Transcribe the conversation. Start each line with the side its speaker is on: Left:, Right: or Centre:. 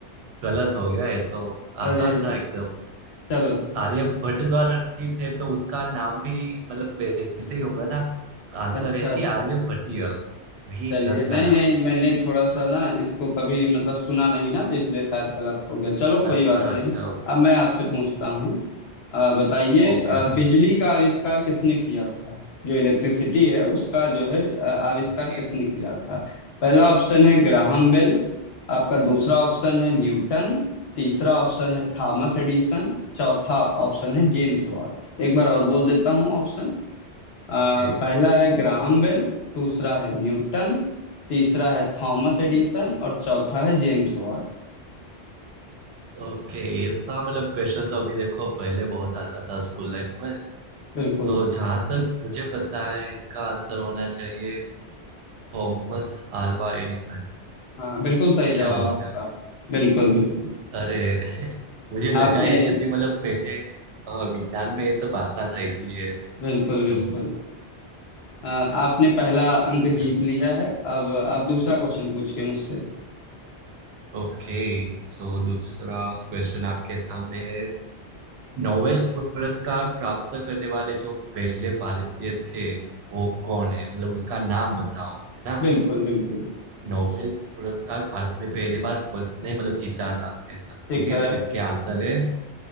Right: गलत हो गया ये तो
Left: अरे
Right: आसान था एकदम
Left: चलो अच्छा
Right: आर्यभट्ट द्वारा रचित है तो उसका नाम भी मतलब ऐसे ही होगा ना आंसर
Left: अच्छा
Right: है कि
Left: अच्छा
Right: आर्यभट्टीय वही
Left: चलिए
Right: ग्रंथ का
Left: नहीं
Right: नाम
Left: नहीं
Right: है
Left: मैंने थोड़ा सा ना इसको कभी मतलब सुना नहीं ना तो इसलिए शायद गलत हो गया चलो कोई
Right: अच्छा
Left: बात नहीं
Right: अच्छा
Left: अब मैं आपसे पूछता हूँ अ, बताइए
Right: ओके
Left: अ,
Right: चलो
Left: बिजली का आविष्कार किसने किया था जो इलेक्ट्रिसिटी है उसका जो है अ, आविष्कार
Right: ओके
Left: किसने किया था पहला ऑप्शन है ग्राहम बेल आपका दूसरा ऑप्शन है न्यूटन तीसरा ऑप्शन है थॉमस एडिसन चौथा ऑप्शन है जेम्स वाट एक बार और बोल देता हूँ ऑप्शन अ,
Right: ओके
Left: पहला है ग्राहम बेल दूसरा है न्यूटन तीसरा है थॉमस एडिसन और चौथा है जेम्स वाट
Right: ओके ऐसा मतलब क्वेश्चन तो अभी देखो पहले बहुत आता था स्कूल लाइफ में
Left: बिल्कुल
Right: तो जहां तक मुझे पता है इसका आंसर होना चाहिए थॉमस आल्वा एडिसन
Left: हाँ बिल्कुल सही जवाब
Right: क्या बोलते
Left: आपका
Right: हो
Left: बिल्कुल बिल्कुल
Right: अरे <laughs> मुझे लगा
Left: आपने
Right: है क्योंकि मतलब पहले अ, विज्ञान में ये सब आता था इसीलिए
Left: बिल्कुल बिल्कुल
Right: अ,
Left: अ, आपने पहला अंक
Right: चलो
Left: जीत लिया है अब आप दूसरा क्वेश्चन पूछिए मुझसे
Right: ओके सो दूसरा क्वेश्चन आपके सामने है नोबेल पुरस्कार प्राप्त करने वाले जो पहले भारतीय थे वो कौन है मतलब उसका नाम बताओ है ना
Left: बिल्कुल बिल्कुल
Right: नोबेल पुरस्कार भारत में पहली बार किसने मतलब जीता था ऐसा
Left: ठीक
Right: ठीक है
Left: है
Right: इसके आंसर है